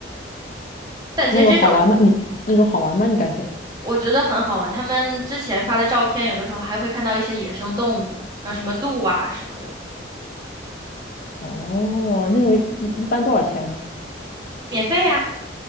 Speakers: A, on the right (about 25°); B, on the left (about 45°).
A: 但其实这种
B: 那种好玩吗？你那种好玩吗？你感觉？
A: 我觉得很好玩，他们之前发的照片，有的时候还会看到一些野生动物，像什么鹿啊什么的，
B: 哦，那种一一般多少钱呢？
A: 免费呀、